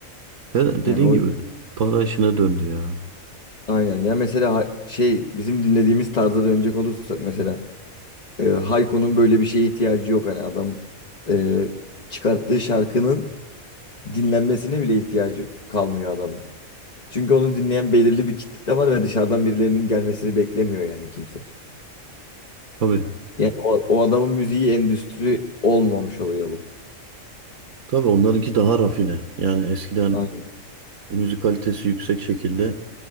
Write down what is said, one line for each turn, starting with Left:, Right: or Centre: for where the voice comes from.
Right: Her
Left: Yani
Right: dediğin
Left: o
Right: gibi para işine döndü ya.
Left: aynen. Ya mesela ha- şey bizim dinlediğimiz tarza dönecek olursak mesela e, Hayko'nun böyle bir şeye ihtiyacı yok hani adam e, çıkarttığı şarkının dinlenmesine bile ihtiyacı kalmıyor adamın. Çünkü onu dinleyen belirli bir kitle var ve dışarıdan birilerinin gelmesini beklemiyor yani kimse.
Right: Tabii.
Left: Yani o, o adamın müziği endüstri olmamış oluyor bu.
Right: Tabii onlarınki daha rafine. Yani eskiden
Left: Aynen.
Right: müzik kalitesi yüksek şekilde